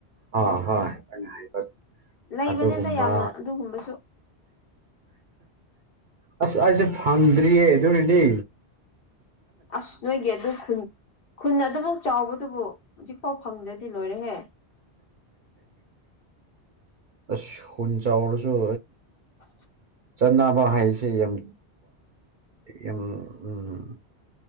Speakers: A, on the right (about 55°); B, on the left (about 60°).
A: ꯑꯥ ꯍꯣꯏ ꯑꯩꯅ ꯍꯥꯏꯕ
B: ꯂꯩꯕꯅꯦꯗ
A: ꯑꯗꯨꯒꯨꯝꯕ
B: ꯌꯥꯝꯅ ꯑꯗꯨꯒꯨꯝꯕꯁꯨ
A: ꯑꯁ ꯑꯩꯁꯨ ꯐꯥꯟꯗꯔꯤꯌꯦ ꯅꯤ
B: ꯑꯁ ꯅꯣꯏꯒꯤ ꯑꯗꯨ ꯈꯨꯟ ꯈꯨꯟ ꯑꯗꯨꯃꯛ ꯆꯥꯎꯕ ꯑꯗꯨꯕꯨ ꯍꯧꯖꯤꯛꯐꯥꯎ ꯐꯪꯗ꯭ꯔꯗꯤ ꯂꯣꯏꯔꯍꯦ
A: ꯑꯁ ꯍꯨꯟ ꯆꯔꯁꯨ
B: ꯑ
A: ꯆꯥꯟꯅꯕ ꯍꯥꯏꯁꯦ ꯌꯥꯝ ꯌꯥꯝ ꯎꯝ